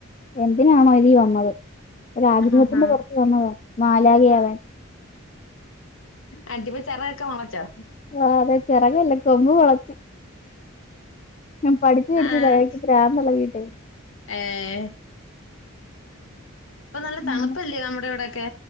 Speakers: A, on the left; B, on the left.
A: എന്തിനാണോ ലീ വന്നത് ഒരാഗ്രഹത്തിന്റെ
B: ആഹാ
A: പൊർ വന്നതോ മാലാകയാവാൻ
B: ആറ്റിപ്പ ചെറകൊക്കെ മൊളച്ചോ
A: ആഹ് അതെ ചെറെകല്ല കൊമ്പ് മൊളച്ച് ഞാൻ പഠിച്ച് പഠിച്ച്
B: ആഹ്
A: ത <unintelligible> രാവിലെള്ളെ വീട്ടേ
B: ഏഹ് ഇപ്പം നല്ല
A: അങ്ങനെ
B: തണ്പ്പല്ല്യോ നമ്മുടെ ഇവിടെയൊക്കെ